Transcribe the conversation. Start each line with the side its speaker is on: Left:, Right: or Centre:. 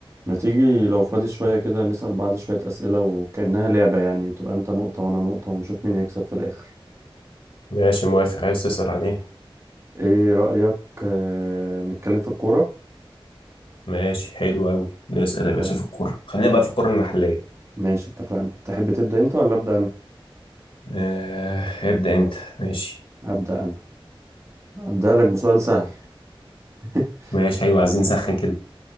Right: ما تيجي لو فاضي شوية كده نسأل بعض شوية أسئلة وكأنها لعبة يعني بتبقى أنت نقطة وأنا نقطة ونشوف مين هيكسب في الآخر
Left: ماشي موافق عايز تسأل عن ايه
Right: إيه رأيك آه نتكلم في الكورة
Left: ماشي حلو قوي نسأل يا باشا
Right: طيب
Left: في الكورة خلينا
Right: تحب
Left: بقى في الكورة المحلية
Right: ماشي اتفقنا تحب تبدأ أنت ولا أبدأ أنا
Left: آه ابدأ انت ماشي
Right: أبدأ أنا أبدأ لك بسؤال سهل <laughs>
Left: ماشي ايوه عايزين نسخن كده